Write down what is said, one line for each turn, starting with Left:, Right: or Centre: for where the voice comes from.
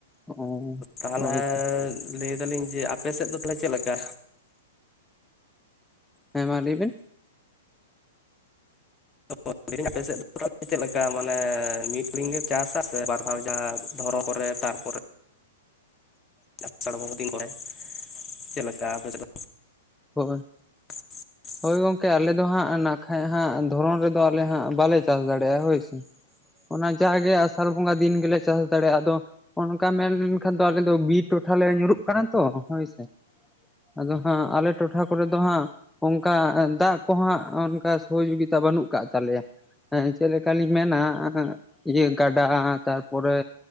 Centre: ᱚ
Left: ᱛᱟᱦᱚᱞᱮ
Centre: ᱦᱳᱭ ᱛᱚ
Left: ᱞᱟᱹᱭᱫᱟᱞᱤᱧ ᱡᱮ ᱟᱯᱮ ᱥᱮᱫ ᱫᱚ ᱛᱟᱦᱚᱞᱮ ᱪᱮᱫ ᱞᱮᱠᱟ
Centre: ᱦᱮᱸ ᱢᱟ ᱞᱟᱹᱭ ᱵᱤᱱ
Left: ᱞᱟᱹᱭ ᱫᱤᱧ ᱟᱯᱮ ᱥᱮᱫ ᱫᱚ ᱪᱮᱫ ᱞᱮᱠᱟ ᱢᱟᱱᱮ ᱢᱤᱫ ᱞᱤᱝ ᱪᱟᱥ ᱟᱥᱮ ᱵᱟᱨ ᱫᱷᱟᱣ ᱡᱟᱦᱟ ᱫᱷᱚᱨᱚ ᱠᱚᱨᱮ ᱛᱟᱨ ᱯᱚᱨᱮ ᱟᱥᱟᱲ ᱵᱚᱸᱜᱟ ᱫᱤᱱ ᱠᱚᱨᱮ ᱪᱮᱫ ᱞᱮᱠᱟ ᱟᱯᱮ ᱥᱮᱫ ᱫᱚ ᱾
Centre: ᱦᱳᱭ
Left: <inaudible>
Centre: ᱦᱳᱭ ᱜᱚᱝᱠᱮ ᱟᱞᱮ ᱫᱚ ᱦᱟᱸᱜ ᱱᱟ ᱠᱷᱟᱱᱡ ᱦᱜ ᱫᱷᱚᱨᱚᱱ ᱨᱮᱫᱚ ᱟᱞᱮ ᱦᱟᱸᱜ ᱵᱟᱞᱮ ᱪᱟᱥ ᱫᱟᱲᱮᱭᱟᱜ-ᱟ ᱦᱳᱭ ᱥᱮ ᱾ ᱚᱱᱟ ᱡᱟᱜᱮ ᱟᱥᱟᱲ ᱵᱚᱸᱜᱟ ᱫᱤᱱ ᱜᱮᱞᱮ ᱪᱟᱥ ᱫᱟᱲᱮᱭᱟᱜ-ᱟ ᱟᱫᱚ ᱚᱱᱠᱟ ᱢᱮᱱ ᱞᱮᱱᱠᱷᱟᱱ ᱫᱚ ᱟᱞᱮ ᱫᱚ ᱵᱤᱨ ᱴᱚᱴᱷᱟ ᱞᱮ ᱧᱩᱨᱩᱜ ᱠᱟᱱᱟ ᱛᱚ ᱦᱳᱭ ᱥᱮ ᱾ ᱟᱫᱚ ᱦᱟᱸᱜ ᱟᱞᱮ ᱴᱚᱴᱷᱟ ᱠᱚᱨᱮ ᱫᱚ ᱦᱟᱸᱜ ᱚᱱᱠᱟ ᱫᱟᱜ ᱠᱚᱦᱟᱸ ᱚᱱᱠᱟ ᱥᱚᱦᱚᱡ ᱜᱤᱛᱟ ᱵᱟᱹᱱᱩᱜ ᱠᱟᱜ ᱛᱟᱞᱮᱭᱟ ᱦᱮᱸ ᱪᱮᱫ ᱞᱮᱠᱟ ᱞᱤᱧ ᱢᱮᱱᱟ ᱦᱮᱸ ᱤᱭᱟᱹ ᱜᱟᱰᱟ ᱛᱟᱨᱯᱚᱨᱮ